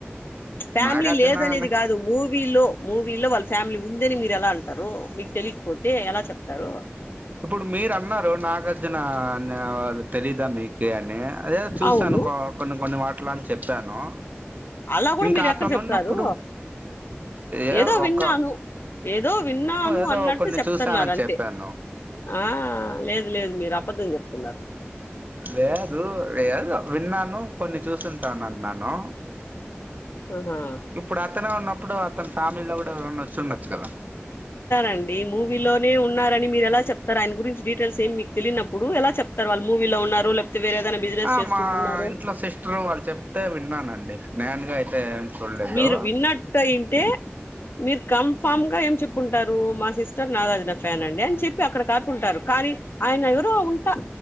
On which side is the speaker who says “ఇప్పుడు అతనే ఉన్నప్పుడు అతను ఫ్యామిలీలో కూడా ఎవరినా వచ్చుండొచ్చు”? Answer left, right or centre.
Right